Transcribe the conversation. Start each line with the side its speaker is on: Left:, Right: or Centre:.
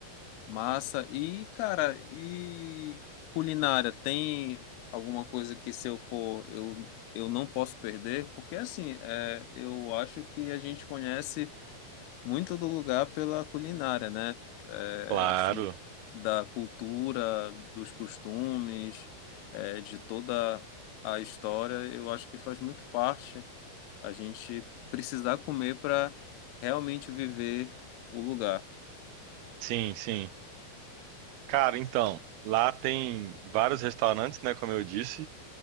Left: Massa. E, cara, e culinária, tem alguma coisa que se eu for, eu, eu não posso perder? Porque, assim, é, eu acho que a gente conhece muito do lugar pela culinária, né? É,
Right: Claro,
Left: assim, da cultura, dos costumes, é, de toda a história, eu acho que faz muito parte a gente precisar comer para realmente viver o lugar.
Right: sim, sim. Cara, então, lá tem vários restaurantes, né? Como eu disse.